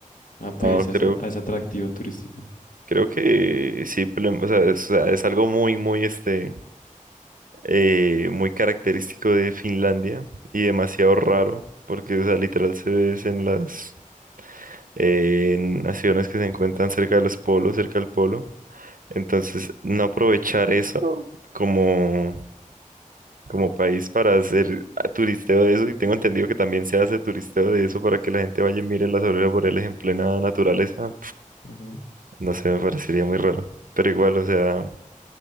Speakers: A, on the left; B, on the right.
A: a, pues,
B: No, creo,
A: a, esa- a ese atractivo turístico.
B: creo que sí, pero, o sea, es, o sea, es algo muy, muy, este, eh, muy característico de Finlandia y demasiado raro, porque, o sea, literal se ve es en las, eh, en naciones que se encuentran cerca de los polos, cerca del polo. Entonces, no aprovechar eso como, como país para hacer ah, turisteo de eso. Y tengo entendido que también se hace turisteo de eso para que la gente vaya y mire las auroras boreales en plena naturaleza.
A: Ujú.
B: No sé, me parecería muy raro. Pero igual, o sea,